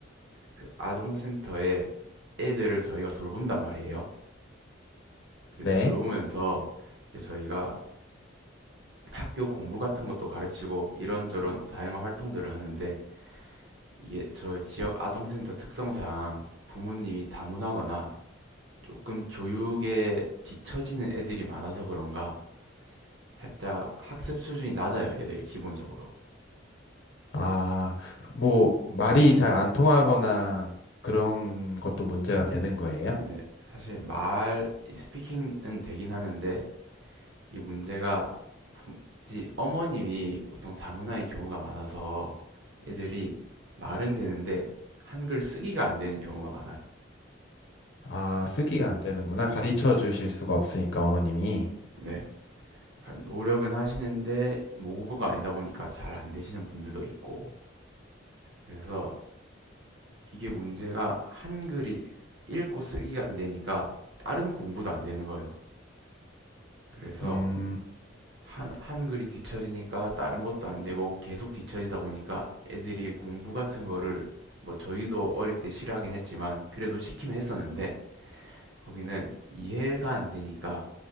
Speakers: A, on the right; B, on the left.
A: 그 아동센터에 애들을 저희가 돌본단 말이에요. 그
B: 네.
A: 돌보면서 이제 저희가 학교 공부 같은 것도 가르치고 이런저런 다양한 활동들을 하는데, 이게 저 지역 아동센터 특성상 부모님이 다문화거나 조금 교육에 뒤처지는 애들이 많아서 그런가 살짝 학습 수준이 낮아요 애들이 기본적으로
B: 아, 뭐, 말이 잘 안 통하거나 그런 것도 문제가 되는 거예요?
A: 근데 사실 말이 스피킹은 되긴 하는데 이 문제가 부- 이 어머님이 보통 다문화인 경우가 많아서 애들이 말은 되는데 한글 쓰기가 안 되는 경우가 많아요
B: 아, 쓰기가 안 되는구나. 가르쳐 주실 수가 없으니까, 어머님이.
A: 네 노력은 하시는데 모국어가 아니다 보니까 잘 안 되시는 분들도 있고 그래서 이게 문제가 한글이 읽고 쓰기가 안 되니까 다른 공부도 안 되는 거예요. 그래서
B: 음,
A: 한, 한글이 뒤처지니까 다른 것도 안 되고 계속 뒤처지다 보니까 애들이 공부 같은 거를 뭐 저희도 어릴 때 싫어하긴 했지만 그래도 시키면 했었는데 거기는 이해가 안 되니까